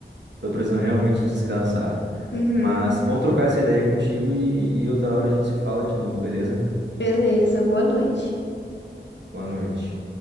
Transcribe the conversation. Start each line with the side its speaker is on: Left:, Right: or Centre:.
Right: tô precisando realmente descansar.
Left: Uhum.
Right: Mas bom trocar essa ideia contigo e, e outra hora a gente se fala de novo, beleza?
Left: Beleza, boa noite.
Right: Boa noite.